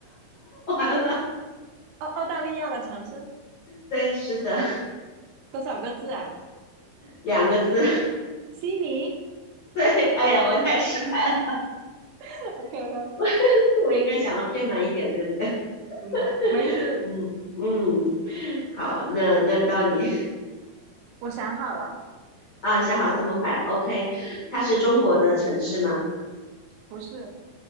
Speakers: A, on the left (about 75°); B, on the right (about 80°).
A: <laughs> 完了，
B: 澳澳大利亚的城市
A: 对，是的，
B: 多少个字啊？
A: 两个字，
B: 悉尼。
A: <laughs> 对，哎呀，我太失败了，
B: <laughs> o k o k
A: <laughs> 我应该想的偏门一点，对不对？
B: 嗯，没事，
A: <laughs> 嗯嗯，好，那那到你。
B: 我想好了。
A: 啊，想好这么快，OK。它是中国的城市吗？
B: 不是